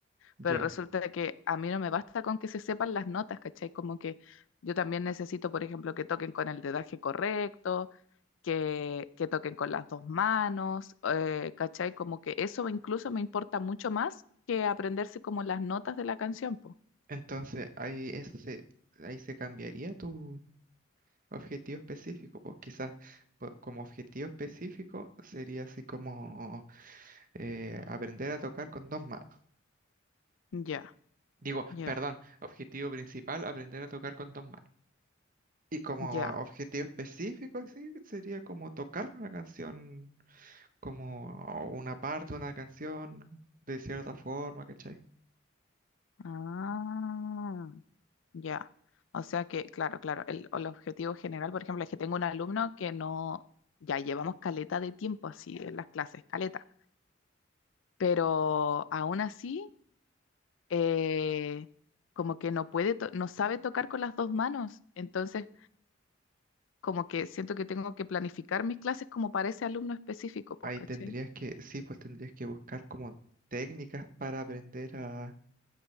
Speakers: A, on the right (about 45°); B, on the left (about 80°).
A: Ya.
B: pero resulta que a mí no me basta con que se sepan las notas, ¿cachai? Como que yo también necesito, por ejemplo, que toquen con el dedaje correcto, que, que toquen con las dos manos, eh, ¿cachai? Como que eso incluso me importa mucho más que aprenderse como las notas de la canción, po.
A: Entonces ahí eso se ahí se cambiaría tu objetivo específico. O quizás po- como objetivo específico sería así como eh, aprender a tocar con dos manos.
B: Ya,
A: Digo,
B: ya,
A: perdón, objetivo principal, aprender a tocar con dos manos. Y como
B: ya.
A: objetivo específico así sería como tocar una canción como una parte, de una canción, de cierta forma, ¿cachai?
B: Ah, ya. O sea que, claro, claro, el, el objetivo general, por ejemplo, es que tengo un alumno que no, ya llevamos caleta de tiempo así en las clases, caleta pero aún así, eh, como que no puede, to- no sabe tocar con las dos manos, entonces como que siento que tengo que planificar mis clases como para ese alumno específico, pues,
A: Ahí
B: ¿cachai?
A: tendrías que, sí, pues tendrías que buscar como técnicas para aprender a,